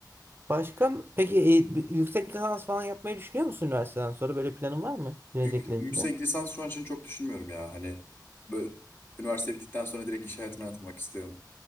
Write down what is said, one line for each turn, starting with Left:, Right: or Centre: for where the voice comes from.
Right: Başka peki e, bir yüksek lisans falan yapmayı düşünüyor musun üniversiteden sonra? Böyle planın var mı gelecekle
Left: Yük- yüksek
Right: ilgili?
Left: lisans şu an için çok düşünmüyorum ya. Hani böyle, üniversite bittikten sonra direkt iş hayatına atılmak istiyorum